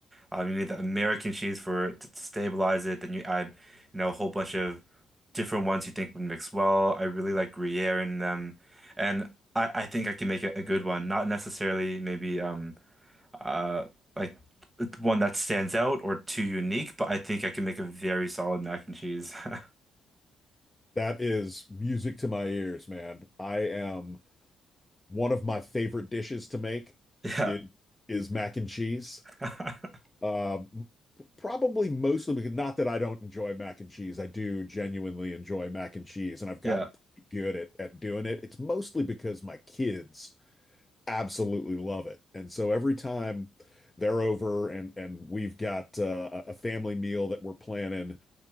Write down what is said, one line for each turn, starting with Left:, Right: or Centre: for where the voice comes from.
Right: Um, you need the American cheese for it to to stabilize it. Then you add, you know, a whole bunch of different ones you think would mix well. I really like Gruyere in them, and I, I think I can make a, a good one. Not necessarily maybe um uh like one that stands out or too unique, but I think I can make a very solid mac and cheese. <laughs>
Left: That is music to my ears, man. I am One of my favorite dishes to make
Right: Yeah,
Left: is, is mac and cheese.
Right: <laughs>
Left: Um, probably mostly because not that I don't enjoy mac and cheese. I do genuinely enjoy mac and cheese, and I've gotten
Right: yeah,
Left: pretty good at, at doing it. It's mostly because my kids absolutely love it. And so every time they're over and and we've got uh, a a family meal that we're planning,